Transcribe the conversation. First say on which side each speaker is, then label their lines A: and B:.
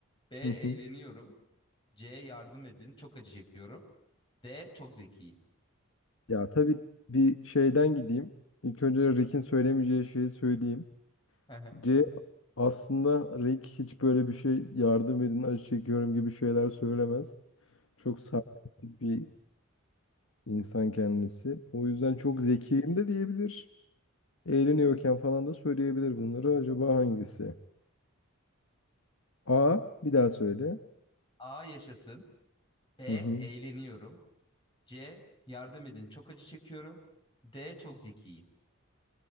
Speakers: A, on the left; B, on the left.
A: B. Eğleniyorum.
B: <laughs>
A: C. Yardım edin. Çok acı çekiyorum. D. Çok zekiyim.
B: Ya tabii bir şeyden gideyim. İlk önce Rick'in söylemeyeceği şeyi söyleyeyim.
A: <laughs>
B: C aslında Rick hiç böyle bir şey yardım edin acı çekiyorum gibi şeyler söylemez. Çok sarkastik bir insan kendisi. O yüzden çok zekiyim de diyebilir. Eğleniyorken falan da söyleyebilir bunları. Acaba hangisi? A bir daha söyle.
A: A. Yaşasın. B.
B: Hı hı.
A: Eğleniyorum. C. Yardım edin. Çok acı çekiyorum. D. Çok zekiyim.